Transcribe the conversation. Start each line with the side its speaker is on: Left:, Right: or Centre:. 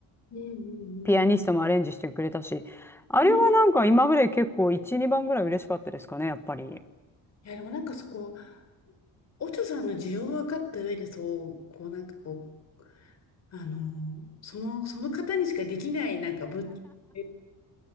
Left: うんうんうん。
Centre: ピアニストもアレンジしてくれたし、あれはなんか今まで結構1、
Left: うん
Centre: 2番ぐらい嬉しかったですかね、やっぱり。
Left: いや、でもなんかそこ、おちょさんの需要を分かった上で、そう、こうなんかこう、あのーその、その方にしかできないなんか物件って